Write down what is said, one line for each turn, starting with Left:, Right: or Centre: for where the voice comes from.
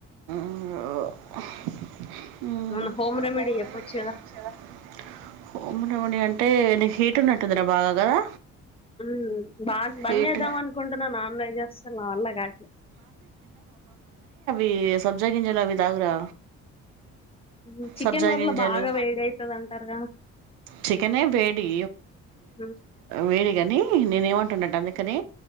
Right: ఆ <unintelligible>
Left: మన హోమ్ రెమెడీ చెప్పొచ్చు కదా
Right: అంటే నీకు హీట్ ఉన్నట్టుందిరా బాగా కదా
Left: మ్ బాగ బంద్
Right: హీట్
Left: చేద్దాం అనుకుంటున్నా నాన్ వెజ్ అసలు నా వల కాట్లే
Right: ఇయి సబ్జా గింజలు అవి తాగురా
Left: హ్మ్. చికెన్
Right: సబ్జా
Left: వల్ల
Right: గింజలు
Left: బాగా వేడైతదంటారుగా.
Right: చికనే వేడి
Left: హ్మ్.
Right: వేడి కాని నేను ఏమంటున్నంట్టే అందుకని